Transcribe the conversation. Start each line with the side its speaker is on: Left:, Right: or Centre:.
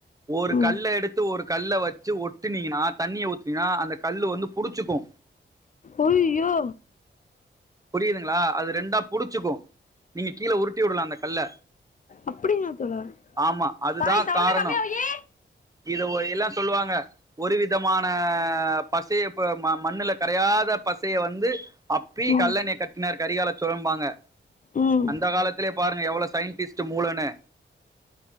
Right: ஒரு
Left: ம்
Right: கல்ல எடுத்து ஒரு கல்ல வச்சு ஒட்டுனீங்கனா தண்ணிய ஊத் னிங்கனா அந்த‌ கல்லு வந்து புடிச்சுக்கு
Left: அய்யோ
Right: புரியுதுங்களா அது ரெண்டா புடிச்சுக்கும். நீங்க கீழ உருட்டி வுடலா அந்தக் கல்ல
Left: அப்படியா தோழா
Right: ஆமா அது
Left: சாய்
Right: தா
Left: சவுண்ட
Right: காரணொ
Left: கம்மியா வையி
Right: இதுல ஒ எல்லா சொல்லுவாங்க ஒரு விதமான பசையப்ப ம மண்ணுல கரையாத பசைய வந்து அப்
Left: ம்
Right: கல்லணைய கட்டுனார் கரிகால சோழம்பாங்க
Left: ம்
Right: அந்த காலத்தேலயே பாருங்க எவ்வளோச் சயின்டிஸ்ட்டு மூலனு